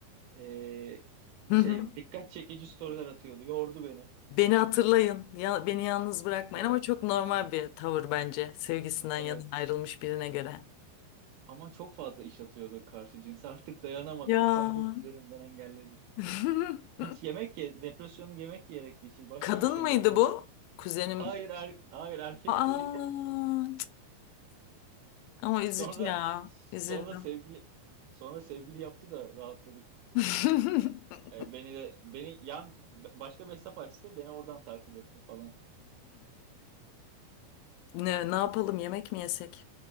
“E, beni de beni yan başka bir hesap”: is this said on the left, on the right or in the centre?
Right